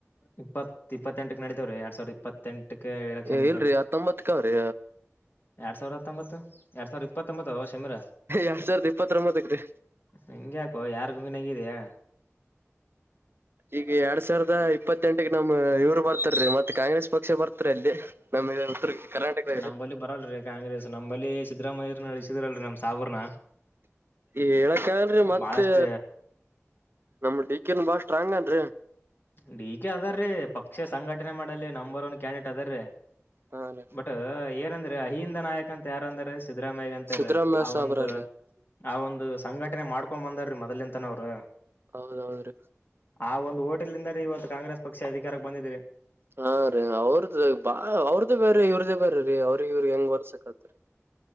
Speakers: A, on the left; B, on the right.
A: ಇಪ್ಪತ್ ಇಪ್ಪತ್ತೆಂಟಕ್ ನಡೀತವ್ರೀ ಎರಡ್ ಸಾವಿರದ ಇಪ್ಪತ್ತೆಂಟು ಏಳಕ್ಷಾನ
B: ಏ
A: ಎಡತರು
B: ಇಲ್ರಿ ಹತ್ತೊಂಬತ್ಕ್ ಅವ್ರಿ
A: ಎರಡ್ ಸಾವಿರದ ಹತ್ತೊಂಬತ್ತು ಎರಡ್ ಸಾವಿರ ಇಪ್ಪತ್ತೊಂಬತ್ತು ಶಮಿರ
B: ಎರಡ್ ಸಾವಿರದ ಇಪ್ಪತ್ತೊಂಬತ್ತಕ್ ರೀ
A: ಹೆಂಗ್ಯಾಕೋ ಯಾರ್ ಗುಂಗನ್ಗಿದ್ಯಾ
B: ಈಗ ಎರಡ್ ಸಾವಿರದ ಇಪ್ಪತ್ತೆಂಟ ನಮ್ ಇವ್ರು ಬರ್ತಾರ ಮತ್ತೆ ಕಾಂಗ್ರೆಸ್ ಪಕ್ಷ ಬರ್ತಾರೆ ಉತ್ತಲ್ಲಿ ನಮಗೆ ಉತ್ತ ಕರ್ನಾಟಕ
A: ನಂಬಲ್ಲಿ ಬರಲ್ರಿ ಕಾಂಗ್ರೆಸ್ ನಂಬಲ್ಲಿ ಸಿದ್ದರಾಮಯ್ಯರ್ನ ಇಳಿಸಿದ್ರಲ್ರಿ ನಮ್ ಸಾಬರ್ನ
B: ಹೇಳಕ್ಕಲ್ರಿ ಮತ್ತೆ
A: ಬಾಳಷ್ಟ
B: ನಮ್ ಡಿ ಕೆನ್ ಬಾಳ ಸ್ಟ್ರಾಂಗ್ಏನ್ರಿ
A: ಡಿ ಕೆ ಅದಾರ್ರೀ ಪಕ್ಷ ಸಂಘಟನೆ ಮಾಡಲ್ ನಂಬರ್ ಒನ್ ಕ್ಯಾಂಡಿಡೇಟ್ ಅದಾರ್ರೀ
B: ಹಾ ರೀ
A: ಬಟ್ ಏನಂದ್ರೆ ಅಹಿಂದ ನಾಯಕ ಅಂತ ಯಾರಂದ್ರ ಸಿದ್ದರಾಮಯ್ಯಗ ಅಂತಾರೀ
B: ಸಿದ್ದರಾಮಯ್ಯ
A: ಆ
B: ಸಾಬ್ರ್ರೀ
A: ಒಂದು ಆ ಒಂದು ಸಂಘಟನೆ ಮಾಡ್ಕೊಂಡ್ ಬಂದಾರೀ ಮೊದ್ಲ್ಂತನ ಅವ್ರ
B: ಅ್ರ
A: ಆ ಒಂದು ಓಟೆಲ್ದ ಇವತ್ತು ಕಾಂಗ್ರೆಸ್ ಪಕ್ಷ ಅಧಿಕಾರಕ್ಕೆ ಬಂದಿದ್ದಿದೀರಿ
B: ಹಾ ರೀ ಅವ್ರದ ಬಾ ಅವ್ರದ್ದೇ ಬೇರೆ ಇವ್ರದ್ದೇ ಬೇರೆೀ ೀ ಅವ್ರಿಗೆ ಇವ್ರ ಹೆಂಗ್ ಬರ್ಸಕ್ತ್ರಿ